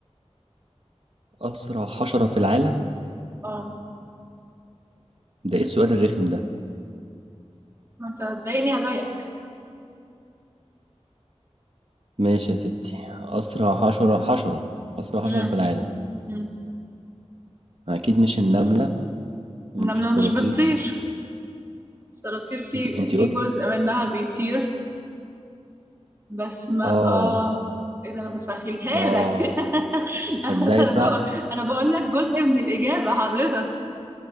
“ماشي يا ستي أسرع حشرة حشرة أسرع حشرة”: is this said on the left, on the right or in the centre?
Right